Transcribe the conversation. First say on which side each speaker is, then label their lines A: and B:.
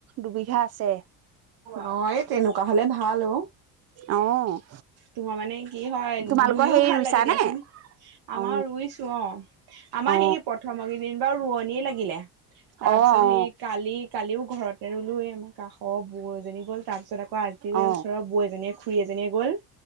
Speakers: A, on the right; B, on the right.
A: দুবিঘা আছে।
B: অ', এই তেনেকুৱা হ'লে ভাল অ'।
A: অ'।
B: তোমাৰ মানে কি হয়
A: তোমালোকৰ
B: ৰুয়ো
A: হেৰি
B: ভাল
A: ৰুইছা
B: লাগে দিয়াচোন।
A: নে
B: আমাৰ
A: অ
B: ৰুইছো অ' আমাৰ
A: অ
B: সেই প্ৰথম কে দুদিন বাৰু ৰোৱনিয়ে লাগিলে তাৰ
A: অ
B: পিছত
A: অ
B: সেই কালি কালিও ঘৰতে ৰুলোৱেই কাষৰ বৌ এজনী গ'ল তাৰপিছত আকৌ আজিও
A: অ
B: ওচৰৰ বৌ এজনীয়ে খুৰী এজনীয়ে গ'ল।